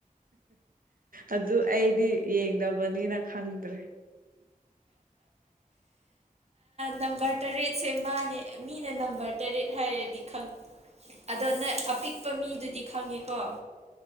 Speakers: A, on the right; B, on the right.
A: ꯑꯗꯨ ꯑꯩꯗꯤ ꯌꯦꯡꯗꯕꯅꯤꯅ ꯈꯪꯗ꯭ꯔꯦ
B: ꯅꯝꯕꯔ ꯇꯔꯦꯠꯁꯦ ꯃꯥꯅꯦ ꯃꯤꯅ ꯅꯝꯕꯔ ꯇꯔꯦꯠ ꯍꯥꯏꯔꯗꯤ ꯈꯪ ꯑꯗꯣ ꯅ ꯑꯄꯤꯛꯄ ꯃꯤꯗꯨꯗꯤ ꯈꯪꯉꯦꯀꯣ